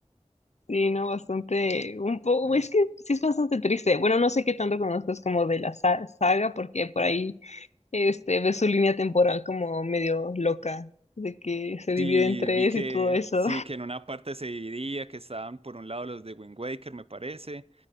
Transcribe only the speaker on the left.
sí, no, bastante, un poco, es que sí es bastante triste, bueno, no sé qué tanto conozcas como de la sa- saga, porque por ahí, este, ves su línea temporal como medio loca, de que se divide
en tres
y todo eso.